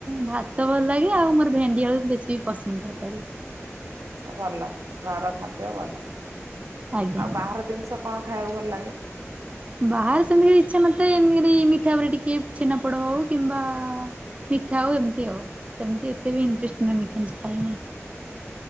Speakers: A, on the right; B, on the right.
A: ଭାତ- ଭାତ ଭଲ ଲାଗେ ଆଉ ମୋର ଭେଣ୍ଡି ଆଳୁ ବେଶୀ ବି ପସନ୍ଦ ତରକାରୀ।
B: ଆଛ ଭଲ ଘର ଖାଦ୍ୟ ଭଲ।
A: ଆଜ୍ଞା।
B: ଆଉ ବାହାର ଜିନିଷ କଣ ଖାଇବାକୁ ଭଲ ଲାଗେ?
A: ବାହାରେ ସେମିତିକ ଇଚ୍ଛା ମୋତେ ଏମତି ମିଠା ଉପରେ ଟିକେ ଛେନାପୋଡ ହଉ କିମ୍ବା- ମିଠା ଆଉ ଏମିତି ଆଉ। ସେମିତି ଏତେ ବି ଇଣ୍ଟରେଷ୍ଟ ନୁହେଁ ମିଠା ଖା-